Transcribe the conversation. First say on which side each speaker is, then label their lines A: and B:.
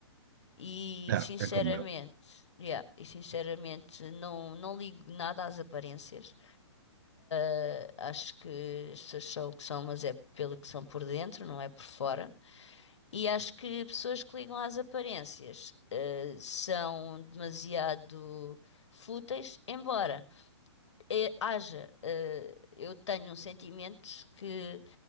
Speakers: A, on the left; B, on the right.
A: E
B: não,
A: sinceramente,
B: é como eu.
A: yeah, e sinceramente não não ligo nada às aparências. Eh, acho que as pessoas são o que são, mas é pelo que são por dentro, não é por fora. E acho que pessoas que ligam às aparências, eh, são demasiado fúteis, embora é- haja, eh, eu tenho um sentimento que